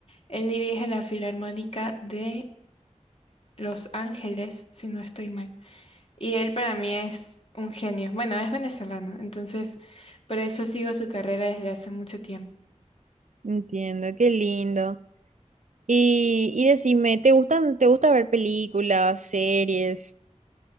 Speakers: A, on the left; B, on the right.
A: Él dirige la Filarmónica de Los Ángeles, si no estoy mal. Y él para mí es un genio. Bueno, es venezolano, entonces por eso sigo su carrera desde hace mucho tiempo.
B: Entiendo, qué lindo. Y, y decime, ¿te gustan, te gusta ver películas, series?